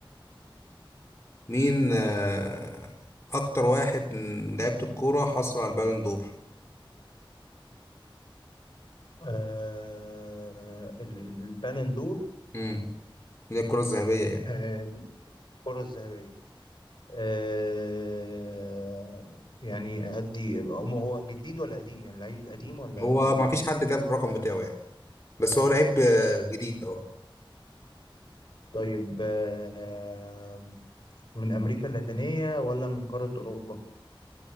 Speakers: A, on the left; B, on the left.
A: مين آه، اكتر واحد من لعيبة الكورة حصل على البالون دور
B: آه، ال- ال- البالون دور
A: مم. زي الكرة الذهبية يعني
B: آه، دي الكرة الذهبية آه، يعني أدي هو هو جديد ولا قديم يعني لعيب قديم ولا
A: هو
B: جديد
A: ما فيش حد جاب الرقم بتاعه يعني بس هو لعيب آه، جديد اهو
B: طيب آه، من أمريكا اللاتينية ولا من قارة أوروبا؟